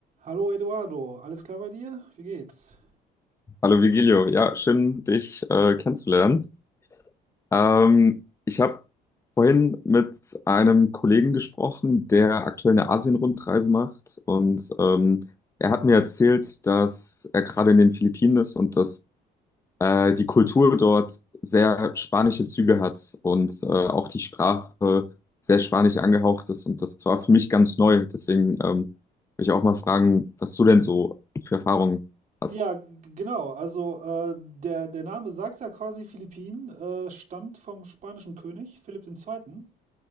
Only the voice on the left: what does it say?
Hallo Vigilio, ja, schön, dich äh, kennenzulernen. Ähm, ich habe vorhin mit einem Kollegen gesprochen, der aktuell eine Asien-Rundreise macht und ähm, er hat mir erzählt, dass er gerade in den Philippinen ist und dass äh, die Kultur dort sehr spanische Züge hat und äh, auch die Sprache sehr spanisch angehaucht ist und das war für mich ganz neu. Deswegen ähm, will ich auch mal fragen, was du denn so für Erfahrungen hast.